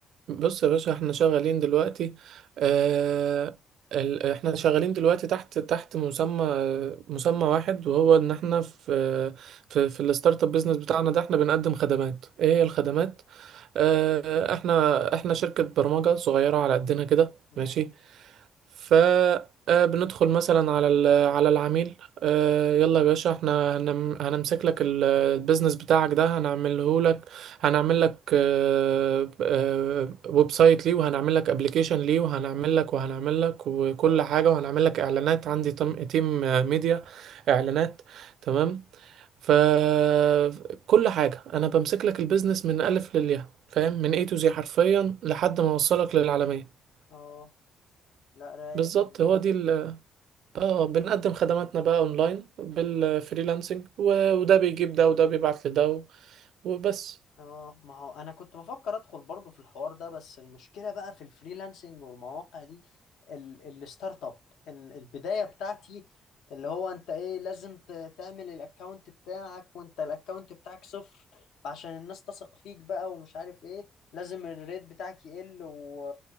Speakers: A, on the right; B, on the left.
A: بص يا باشا احنا شغالين دلوقتي آه ال... احنا شغالين دلوقتي تحت تحت مسمى مسمى واحد وهو ان احنا في في, في الستارت اب بيزنس بتاعنا ده احنا بنقدم خدمات ايه هي الخدمات آه احنا احنا شركة برمجة صغيرة على قدنا كده
B: ماشي
A: ماشي فبندخل مثلا على ال- على العميل آه، يلا يا باشا احنا هنم- هنمسك لك ال- البيزنس بتاعك ده هنعمله لك هنعمل لك آه، آه، ويب سايت ليه وهنعمل لك ابلكيشن ليه وهنعمل لك وهنعمل لك وكل
B: اه
A: حاجة وهنعمل لك اعلانات عندي تم- تيم آه، ميديا اعلانات تمام فكل حاجة انا بمسك لك البيزنس من الف للياء فاهم من اي تو زي حرفيا لحد ما اوصلك للعالمية
B: اه لا رايق
A: بالظبط
B: والله
A: هو دي اه بنقدم خدماتنا بقى اونلاين بالفريلانسنج و- وده بيجيب ده وده بيبعت لده و- وبس
B: اه ما هو انا كنت بفكر ادخل برضو في الحوار ده بس المشكله بقى في الفريلانسنج والمواقع دي ال- الستارت اب ال- البدايه بتاعتي اللي هو انت ايه لازم ت- تعمل الاكونت بتاعك وانت الاكونت بتاعك صفر عشان الناس تثق فيك بقى ومش عارف ايه لازم الريت بتاعك يقل و...